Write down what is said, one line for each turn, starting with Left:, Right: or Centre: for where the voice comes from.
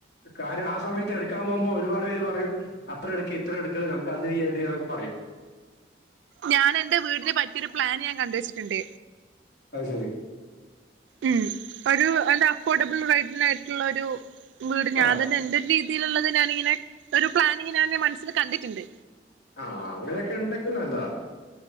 Left: കാര്യം ആ സമയത്ത് എടുക്കാൻ പോകുമ്പോ ഒരുപാട് പേര് പറയും അത്ര എടുക്ക് ഇത്ര എടുക്ക് നമുക് <unintelligible> എതിയക്കെ പറയും
Right: ഞാനെന്റെ വീടിന് പറ്റിയൊരു പ്ലാന് ഞാൻ കണ്ടുവെച്ചിട്ട്ണ്ട്
Left: അത് ശരി
Right: ഉം ഒരു എൻ്റെ അഫോർഡബിൾ റേറ്റിനായിട്ടുള്ള ഒരു വീട് ഞാൻ
Left: ആ
Right: തന്നെ എൻ്റൊര് രീതി തിയിലുള്ളത് ഞാനിങ്ങനെ ഒരു പ്ലാനിങ് ഞാൻ എൻ്റെ മനസ്സില് കണ്ടിട്ട്ണ്ട്
Left: ആഹ് അങ്ങനെയൊക്കെ ഉണ്ടക്കി നല്ലതാ